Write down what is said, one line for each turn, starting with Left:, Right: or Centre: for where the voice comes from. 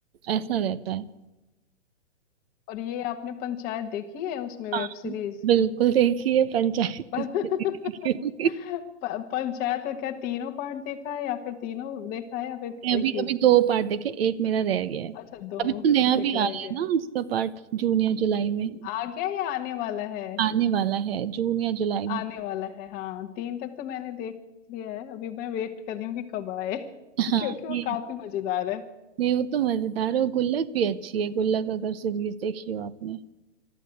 Right: ऐसा रहता है
Left: और ये आपने पंचायत देखी है उसमें वेब
Right: हाँ
Left: सीरीज
Right: बिल्कुल देखिए पंचायत
Left: प-
Right: किसने नहीं देखी होगी
Left: <laughs> प- पंचायत का क्या तीनों पार्ट देखा है या फिर तीनों देखा है या फिर
Right: मैं अभी
Left: एक ही
Right: अभी दो पार्ट देखे एक मेरा रह गया है
Left: अच्छा दो
Right: अभी तो नया
Left: एक
Right: भी
Left: रह
Right: आ रहा
Left: गया
Right: है ना
Left: है
Right: उसका पार्ट जून या जुलाई में
Left: आ गया या आने वाला है
Right: आने वाला है जून या जुलाई में
Left: आने वाला है हाँ तीन तक तो मैंने देख लिया है अभी मैं वेट कर रही हूँ कि कब आए <laughs>
Right: हाँ
Left: क्योंकि वो
Right: ये
Left: काफी मजेदार है
Right: नहीं वो तो मजेदार है और गुल्लक भी अच्छी है गुल्लक अगर सीरीज देखी हो आपने